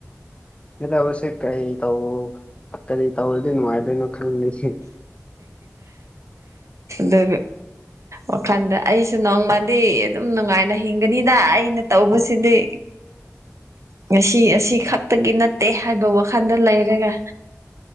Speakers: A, on the left (about 20°); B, on the right (about 65°).
A: ꯍꯦꯗ ꯑꯁꯦ ꯀꯩ ꯇꯕꯨ ꯇꯔꯔꯤ ꯇ ꯑꯣꯗꯤꯅꯅꯨꯡꯥꯏꯗꯅꯣ ꯈꯪꯁꯤ
B: ꯗ ꯋꯥꯈꯜꯗ ꯑꯩꯁꯨ ꯅꯣꯡꯃꯗꯤ ꯑꯗꯨꯝ ꯅꯨꯡꯉꯥꯏꯅ ꯍꯤꯡꯒꯅꯤꯗ ꯑꯩꯅ ꯇꯧꯕꯁꯤꯗꯤ
A: <inaudible>
B: ꯉꯁꯤ ꯑꯁꯤ ꯈꯛꯇꯒꯤ ꯅꯠꯇꯦ ꯍꯥꯏꯕ ꯋꯥꯈꯜꯗ ꯂꯩꯔꯒ